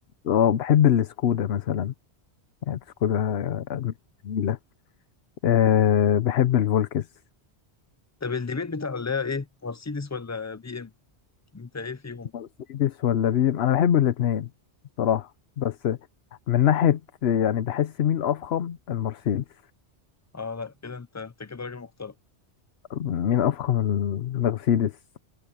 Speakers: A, on the left; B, on the left.
A: آه، بحب السكودا مثلا يعني كلها جميلة أه بحب الفولكس
B: طب الديبيت بتاع اللي هي ايه مرسيدس ولا بي ام انت ايه فيهم
A: مرسيدس ولا بي ام انا بحب الاتنين بصراحة بس من ناحية يعني بحس مين افخم المرسيدس
B: اه لا كده انت انت كده راجل محترم
A: مين افخم المرسيدس